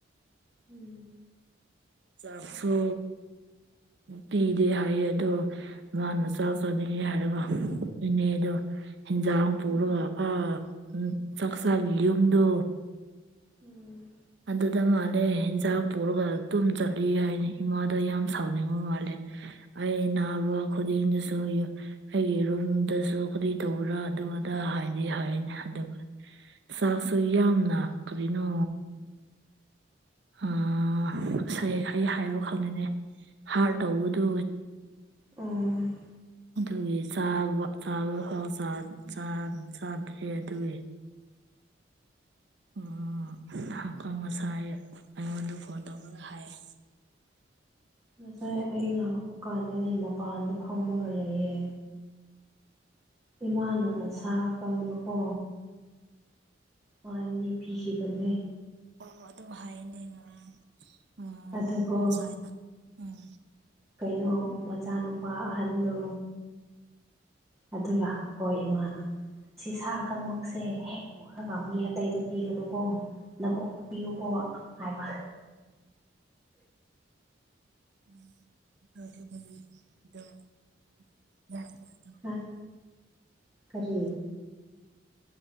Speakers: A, on the right (about 15°); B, on the right (about 60°).
A: ꯎꯝ
B: ꯆꯥꯛꯁꯨ ꯄꯤꯗꯦ ꯍꯥꯏꯌꯦ ꯑꯗꯣ ꯃꯥꯅ ꯆꯥꯛ ꯆꯥꯅꯤꯡꯉꯦ ꯍꯥꯏꯔꯒ ꯅ‌ꯦꯅꯦꯗꯣ ꯍꯦꯟꯖꯥꯡ ꯄꯨꯔꯒ
A: ꯎꯝ
B: ꯑ ꯎꯝ ꯆꯥꯛꯆꯥꯥꯒꯤ ꯌꯨꯝꯗꯣ
A: ꯎꯝ
B: ꯑꯗꯨꯗ ꯃꯥꯜꯂꯦ ꯍ‌ꯦꯟꯖꯥꯡ ꯄꯨꯔꯒ ꯇꯨꯝ ꯆꯠꯂꯤ ꯍꯥꯏꯅꯤ ꯏꯃꯥꯗ ꯌꯥꯝ ꯁꯥꯎꯅꯤꯡꯕ ꯃꯥꯜꯂꯦ ꯑꯩ ꯅꯥꯕ ꯈꯨꯗꯤꯡꯗꯁꯨ ꯌꯨ ꯑꯩꯒꯤ ꯔꯨꯝꯗꯁꯨ ꯀꯔꯤ ꯇꯧꯕ꯭ꯔꯥ ꯑꯗꯨ ꯑꯗ ꯍꯥꯏꯗꯤ ꯍꯥꯏꯔꯤꯅꯤ ꯑꯗꯨ ꯆꯥꯛꯁꯨ ꯌꯥꯝ ꯅꯥ ꯀꯔꯤꯅꯣ ꯑꯥ ꯑꯁ ꯑꯩ ꯑꯩ ꯍꯥꯏꯕ ꯈꯪꯗ‌ꯦꯅꯦ ꯍꯥꯔꯠ ꯇꯧꯕꯗꯣ
A: ꯎꯝ
B: ꯑꯗꯨꯒꯤ ꯆꯥꯕ ꯆꯥꯕ ꯈꯔꯛ ꯆꯥ ꯆꯥ ꯆꯥ ꯆꯥꯗ꯭ꯔ‌ꯦ ꯑꯗꯨꯒꯤ ꯎꯝ ꯀ ꯉꯁꯥꯏ ꯑꯩꯉꯣꯟꯗ ꯐꯣꯟ ꯇꯧꯔꯒ ꯍꯥꯏꯌ‌ꯦ
A: ꯉꯁꯥꯏ ꯑꯩ ꯂꯥꯛꯄ ꯀꯥꯟꯗꯗꯤ ꯃꯄꯥꯟꯗ ꯐꯝꯃꯒ ꯂꯩꯌꯦ ꯏꯃꯥꯅ ꯁꯥ ꯑꯀꯪꯕꯀꯣ ꯑꯃ ꯑꯅꯤ ꯄꯤꯈꯤꯕꯅꯦ
B: ꯑꯣ ꯑꯗꯨꯝ ꯍꯥꯏꯅꯦ ꯉꯔꯥꯡ ꯎꯝ
A: ꯑꯗꯨꯒꯣ
B: ꯎꯝ ꯁꯥꯏꯗ ꯎꯝ
A: ꯀꯩꯅꯣ ꯃꯆꯥꯅꯨꯄꯥ ꯑꯍꯟꯗꯣ ꯑꯗꯨ ꯂꯥꯛꯄꯀ‌ꯣ ꯏꯃꯥꯅ ꯑꯁꯤ ꯁꯥ ꯑꯀꯪꯕꯃꯛꯁꯦ ꯍꯦꯛ ꯄꯨꯔꯒ ꯃꯤ ꯑꯇꯩꯗ ꯄꯤꯒꯅꯨꯀꯣ ꯅꯕ‌ꯣꯛꯇ ꯄꯤꯌꯨꯀꯣ ꯍꯥꯏꯕ
B: <inaudible>
A: ꯑꯥ ꯀꯔꯤ